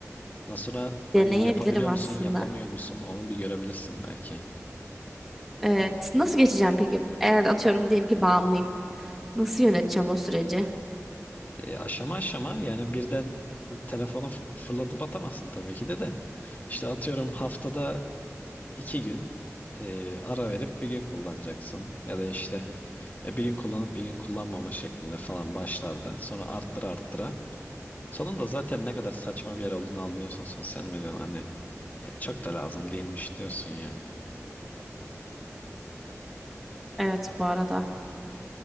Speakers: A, on the left; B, in the centre.
A: Ondan sonra hani
B: Deneyebilirim
A: yapabiliyor
B: aslında.
A: musun yapamıyor musun onu bir görebilirsin belki.
B: Evet. Nasıl geçeceğim peki? Eğer atıyorum diyelim ki bağımlıyım. Nasıl yöneteceğim o süreci?
A: E, aşama aşama yani birden telefonu f- fırlatıp atamazsın tabii ki de de. İşte atıyorum haftada iki gün e, ara verip bir gün kullanacaksın. Ya da işte e, bir gün kullanıp bir gün kullanmama şeklinde falan başlarda. Sonra arttıra arttıra. Sonunda zaten ne kadar saçma bir yer olduğunu anlıyorsun sosyal medyanın. Hani "Ya çok da lazım değilmiş diyorsun ya.
B: Evet bu arada.